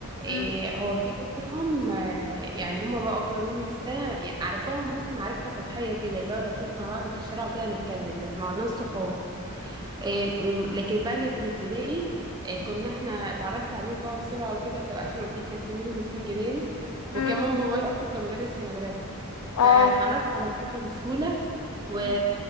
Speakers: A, on the right; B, on the left.
A: إيه
B: امم
A: هو في منهم آه، يعني هما بقى اكبر مني في السنه يعني عارفاهم بصي معرفه سطحيه كده اللي هو لو شفنا بعض في الشارع وكده هنتكلم بس ما عدناش صحاب إيه لكن بقى اللي في الابتدائي إيه كنا احنا اتعرفت عليهم بقى بسرعه وكده ك- عشان قلت لك كان في منهم اتنين جيران
B: امم
A: وكمان بابايا اصلا كان مدرس في المدرسه
B: اه
A: فاتعرفت على الكل بسهوله و...
B: مم.